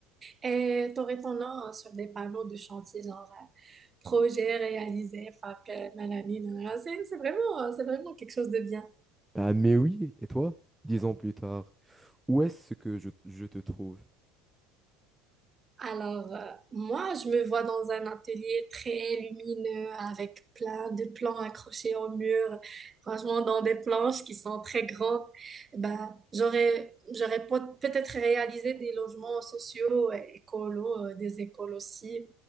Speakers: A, on the right; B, in the centre.
A: Et t'aurais ton nom hein, sur des panneaux de chantier, genre euh, projet réalisé par que nanani, nanana. C'est c'est vraiment, euh, c'est vraiment quelque chose de bien.
B: Ah, mais oui, et toi, dix ans plus tard, où est-ce que je, je te trouve?
A: Alors, euh, moi, je me vois dans un atelier très lumineux avec plein de plans accrochés au mur, franchement, dans des planches qui sont très grandes. Ben, j'aurais, j'aurais pot- peut-être réalisé des logements sociaux, euh, écolos, euh, des écoles aussi,